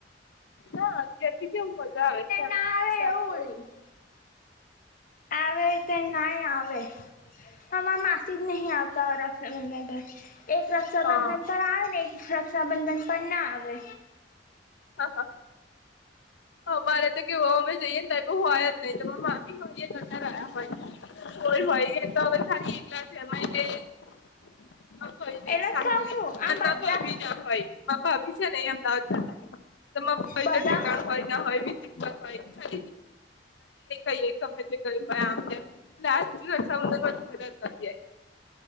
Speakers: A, on the left; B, on the left.
A: ના અત્યારથી કેવ મજા આવે ફેમ
B: ના આવે
A: સાથે-
B: <inaudible>
A: -
B: આવે કે નહી આવે હ માસી જ નહીં આવતા ઓરખ. રક્ષાબંધન પર એક રક્ષાબંધન
A: હા
B: પર આવે ને એક રક્ષાબંધન પર ના આવે.
A: હા હા. અમારે તો કેવું અમે જઈએ ને ટાઈ હોય જ નહી જમા માફી હોય જતા રહયા હોય. કોઈ હોય એ તો હવે ખાલી એકલા છે એમાં કે- - કોઈ નઈ
B: એટલે
A: સારું
B: જ કહું છું આમ
A: ન
B: બધા
A: ભભી ના હોય ભાભી છે નહી અમદાવાદમાં- - તમા કોય
B: બધા
A: તો ઠેકાણ હોય ના હોય હોય જગ્યા હોયા. કઈ ગમે તે ગયું હોય આમ તેમ લર્ષન મદદ નથી આવી.